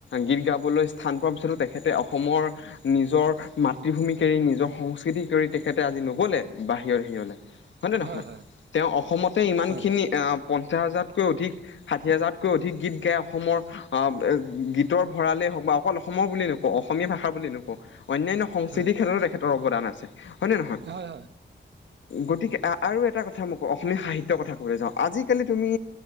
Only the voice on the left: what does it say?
গীত গা- বলৈ স্থান পোৱাৰ পিছতো তেখেতে অসমৰ নিজৰ মাতৃভূমিক এৰি নিজৰ সংস্কৃতি এৰি তেখেতে আজি নগ'লে বাহিৰৰ সেৰিয়লে হয়ে নহয়
নহয় তেওঁ অসমতে ইমানখিনি
পঞ্চাছ হাজাৰতকৈ অধিক ষাঠি হাজাৰতকৈ অধিক গীত গায়। অসমৰ আহ গীতৰ ভৰালেই হওক বা অকল অসমৰ বুলি নকওঁ অসমীয়া ভাষা বুলি নকওঁ অন্যান্য সংস্কৃতিৰ
ক্ষেত্ৰতো তেখেতৰ অৱদান আছে। হয় নে নহয়
গতিকে আৰু এটা কথা মোক অসমীয়া সাহিত্য কথা কব যাওঁ আজিকালি তুমি